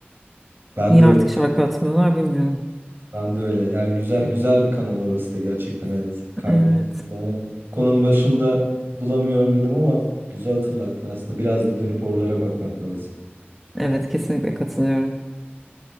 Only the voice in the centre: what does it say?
Niye
artık şarkı atmıyorlar bilmiyorum.
Evet.
Evet kesinlikle katılıyorum.